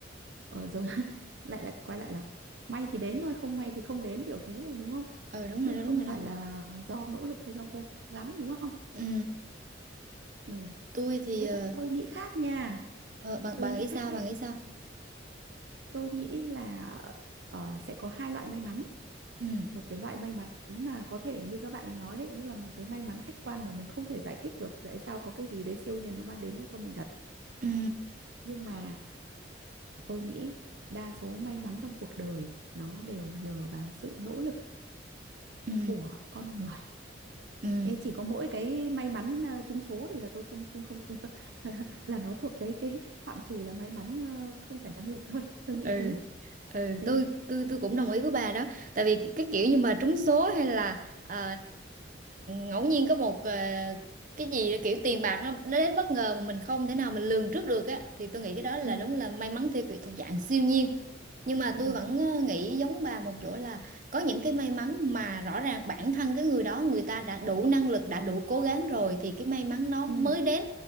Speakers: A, on the right; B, on the right.
A: ờ, giống <laughs> lại lại quay lại là may thì đến thôi, không may thì không đến kiểu thế rồi đúng không?
B: ừ đúng
A: Chứ
B: rồi đó,
A: không
B: đúng rồi
A: phải
B: đó.
A: là do nỗ lực hay do cố gắng đúng không?
B: Ừ,
A: Ừ.
B: tôi thì
A: Ê,
B: ờ,
A: tôi, tôi nghĩ khác nha,
B: ờ, bà, bà
A: tôi nghĩ
B: nghĩ
A: khác
B: sao,
A: đấy.
B: bà nghĩ sao?
A: Tôi nghĩ là ờ, sẽ có hai loại may mắn
B: Ừ,
A: một cái loại may mắn mà có thể như các bạn ấy nói đấy, tức là một cái may mắn khách quan mà mình không thể giải thích được tại sao có cái gì đấy siêu nhiên nó mang đến cho mình thật.
B: ừ,
A: Nhưng mà tôi nghĩ đa số may mắn trong cuộc đời nó đều nhờ vào sự nỗ lực
B: ừ,
A: của con người.
B: ừ.
A: Ê, chỉ có mỗi cái may mắn ờ, trúng số thì là tôi không không không không <laughs> là nó thuộc cái cái phạm trù là may mắn ờ, không phải năng lực thôi. Tôi nghĩ
B: ừ
A: thế.
B: ừ
A: Ừ.
B: tôi tôi tôi cũng đồng ý với bà đó tại vì cái cái kiểu như mà trúng số hay là ờ, ngẫu nhiên có một ờ, cái gì kiểu tiền bạc nó nó đến bất ngờ mà mình không thể nào mình lường trước được á thì tôi nghĩ cái đó là
A: Ừ.
B: đúng là may mắn theo kiểu thuộc dạng siêu nhiên nhưng mà
A: Ừ.
B: tôi vẫn ờ, nghĩ giống bà một chỗ là có những cái may mắn mà rõ ràng bản thân cái người đó người ta đã đủ năng lực đã đủ cố gắng rồi thì cái may mắn nó mới
A: Ừ.
B: đến